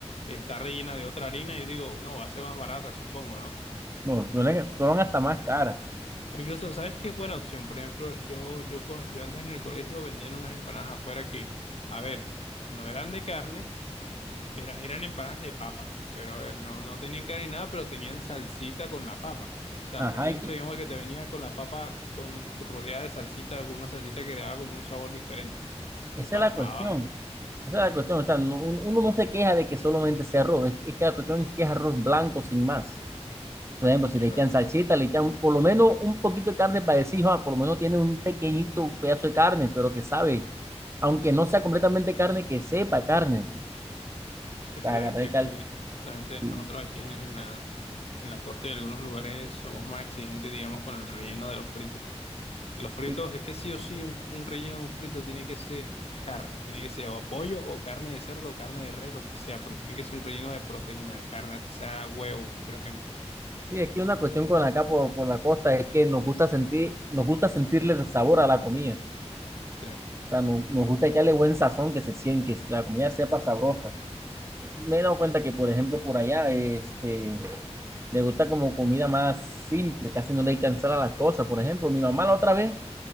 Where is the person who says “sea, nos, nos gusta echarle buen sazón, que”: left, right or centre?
Right